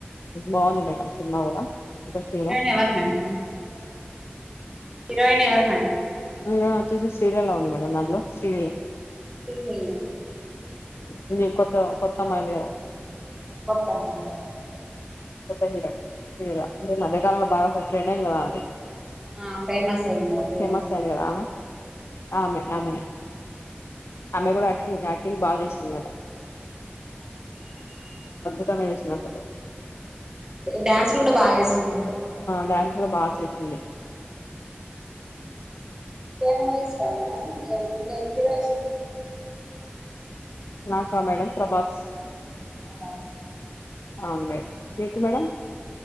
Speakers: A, on the left (about 85°); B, on the right (about 15°).
A: బాగుంది మేడం సినిమా కూడా ఇంట్రెస్టింగ్
B: హీరోయిన్
A: గా
B: ఎవరు మేడం హీరోయిన్ ఎవరు మేడం.
A: అందులో వచ్చేసి శ్రీలీలా ఉంది మేడం దాంట్లో శ్రీలీలా
B: శ్రీలీలా
A: ఉంది కొత్త కొత్త అమ్మాయి ఉందిగా
B: కొత్తామ్మాయ
A: కొత్త హీరోయిన్ శ్రీలీలా ఈ మధ్య కాలంలో బాగా ఫేమస్ రెండన్లవావి
B: ఆ ఫేమస్ అయింద అదే
A: ఫేమస్
B: అదే
A: అయింది కదా ఆమె ఆమెనే ఆమెకూడా ఆక్టింగ్ యాక్టింగ్ బాగా చేసింది. ఈయల
B: <inaudible>
A: <unintelligible>
B: డ్యాన్స్ కూడా బాగా చేస్తుంది గద
A: డ్యాన్స్ కూడా బాగా చేస్తుంది.
B: ఇంకే మూవీస్ <inaudible> ఇ
A: నాక మేడం ప్రభాస్
B: ప్రభాస్ అంటే
A: అవును మేడం మీకు మేడం